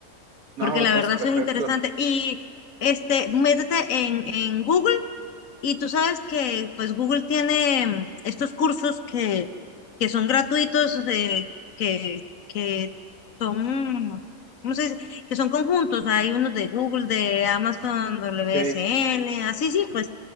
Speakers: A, on the right (about 75°); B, on the left (about 65°).
A: No,
B: porque
A: me
B: la
A: parece
B: verdad
A: perfecto.
B: eso es interesante. Y este, métete en, en Google y tú sabes que pues Google tiene mm, estos cursos que, que son gratuitos, de, que, que son, ¿cómo se dice? Que son conjuntos. Hay unos de Google, de Amazon, WSL,
A: Ok,
B: así sí, pues.